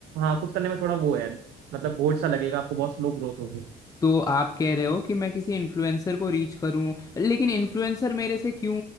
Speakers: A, on the right; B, on the left.
A: हाँ खुद करने में थोड़ा वो है मतलब बोझ सा लगेगा आपको बहुत स्लो ग्रोथ होगी
B: तो आप कह रहे हो कि मैं किसी इन्फ्लुएंसर को रीच करूं लेकिन इन्फ्लुएंसर मेरे से क्यों